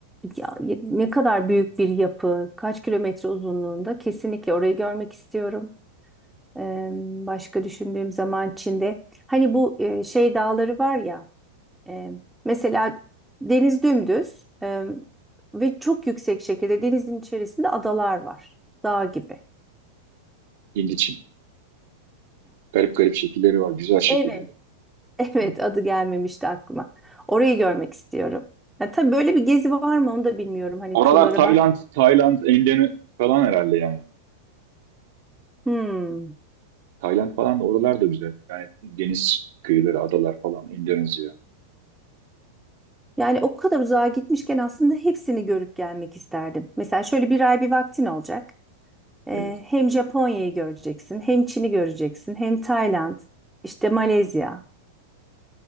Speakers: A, in the centre; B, on the right.
A: Ya, ne kadar büyük bir yapı, kaç kilometre uzunluğunda kesinlikle orayı görmek istiyorum. Eee, başka düşündüğüm zaman Çin'de hani bu e, şey dağları var ya e, mesela deniz dümdüz e, ve çok yüksek şekilde denizin içerisinde adalar var. Dağ gibi.
B: Hint için. Garip garip şekilleri var, güzel şekilleri.
A: Evet, <laughs> evet
B: Hmm.
A: adı gelmemişti aklıma. Orayı görmek istiyorum. Ya, tabii böyle bir gezi var mı onu da bilmiyorum. Hani
B: Oralar
A: turlara
B: Tayland,
A: bak.
B: Tayland, Endone falan herhalde yani.
A: Hmm.
B: Tayland falan da oralar da güzel. Yani deniz kıyıları, adalar falan, Endonezya.
A: Yani o kadar uzağa gitmişken aslında hepsini görüp gelmek isterdim. Mesela şöyle bir ay bir vaktin olacak. Ee,
B: Evet.
A: hem Japonya'yı göreceksin, hem Çin'i göreceksin, hem Tayland, işte Malezya.